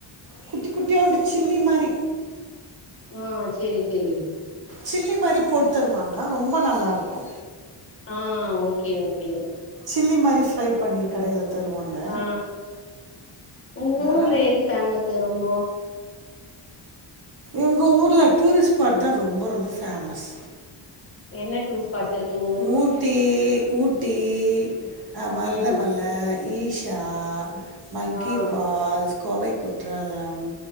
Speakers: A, on the right; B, on the left.
A: குட்டி குட்டியுண்டு சில்லி மாரி
B: ஆ சேரி சேரி
A: சில்லி மாரி போடுத்தருவாங்க ரொம்ப நல்லாருக்கோ
B: ஆ ஓகே ஓகே
A: சில்லி மாரி ஃப்ரை பண்ணி கடையில தருவாங்க.
B: ஆ உங்க
A: நல்லா
B: ஊர்ல எது பேஃமஸ்ஸு ரொம்போ
A: எங்க ஊர்ல டூரிஸ்ட் ஸ்பாட் தா ரொம்ப ரொம்ப ஃபேமஸ்
B: என்ன டூஸ் பர்ஸ் இருக்குங்
A: ஊட்டி ஊட்டி அ மருதமல
B: ம்
A: ஈஷா மங்கி
B: ஆ
A: ஃபால்ஸ் கோவை குற்றாலம்